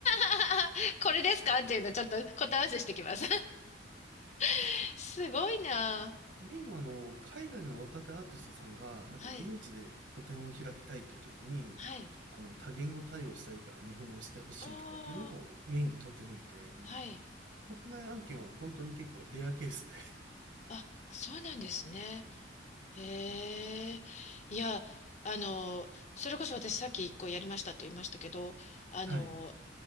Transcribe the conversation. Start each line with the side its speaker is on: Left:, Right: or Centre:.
Left: <laughs> これですかっていうのちょっと答え合わせしてきます。
Right: あと、
Left: <laughs> すごいな。
Right: メインはあの、海外の若手アーティストさんが、なんか現地で個展を開きたいっていう時に、
Left: はい。はい。
Right: あの、多言語対応したいから日本語してほしいとかっていうのをメインで撮ってるので、
Left: おー。はい。
Right: 国内案件は本当に結構レアケースで、<laughs>
Left: あ、そうなんですね。へえ、いや、あの、それこそ私さっき一個やりましたって言いましたけど、あの、
Right: はい、